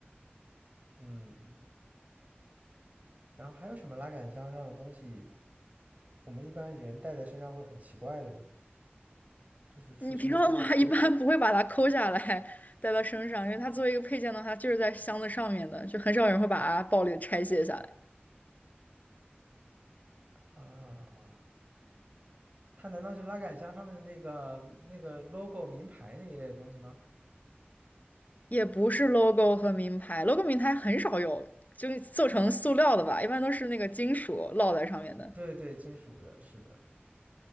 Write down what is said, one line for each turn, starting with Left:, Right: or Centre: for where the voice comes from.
Right: 嗯，然后还有什么拉杆箱上的东西，我们一般人带在身上会很奇怪的呢？就是出去户外
Left: 你平常的话一般不会把它抠下来带到身上，因为它作为一个配件的话，它就是在箱子上面的，就很少有人会把它暴力的拆卸下来。
Right: 啊，它难道是拉杆箱上面的那个那个 logo 名牌那一类的东西吗？
Left: 也不是 logo 和名牌，logo 名牌很少有，就做成塑料的吧，一般都是那个金属烙在上面的。
Right: 对对，金属的，是的。